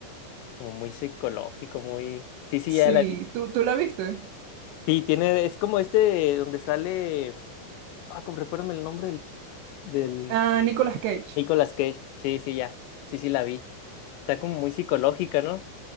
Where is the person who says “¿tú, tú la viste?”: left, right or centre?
Right